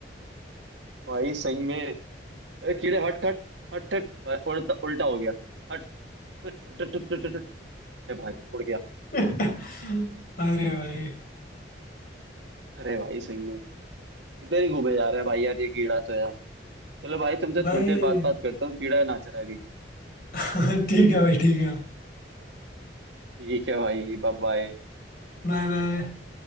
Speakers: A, on the right; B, on the left.
A: भाई सही में अरे कीड़े हट हट हट हट उल्टा उल्टा हो गया हट अरे भाई उड़ गया
B: <laughs> अरे भाई
A: अरे भाई सही में इधर ही घूमे जा रहा है भाई यार ये कीड़ा तो यार चलो भाई तुमसे
B: भाई
A: थोड़ी देर बाद बात करता हूँ कीड़ा नाच रहा है अभी
B: <laughs> ठीक है भाई ठीक है
A: ठीक है भाई बाय बाय
B: Bye bye